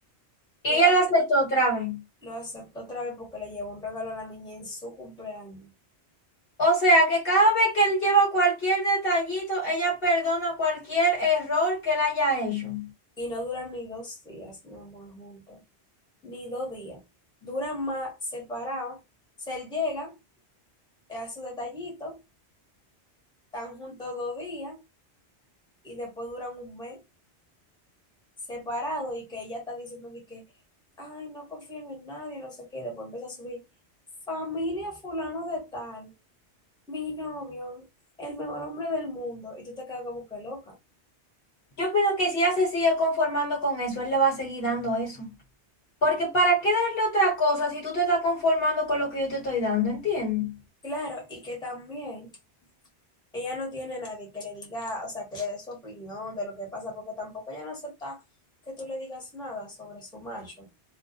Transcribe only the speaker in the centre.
Y
él
lo aceptó otra vez porque le llevó un regalo a la niña en su cumpleaños.
y no duran ni dos días, mi amor, juntos, ni dos días. Duran más separados. O sea, él llega, le hace su detallito, están juntos dos días y después duran un mes separados y que ella está diciendo de que, ay, no confíen en nadie, no sé qué, y después empieza a subir, familia fulano de tal, mi novio, el mejor hombre del mundo, y tú te quedas como que loca.
Claro, y que también Ella no tiene a nadie que le diga, o sea, que le dé su opinión de lo que pasa, porque tampoco ella no acepta que tú le digas nada sobre su macho,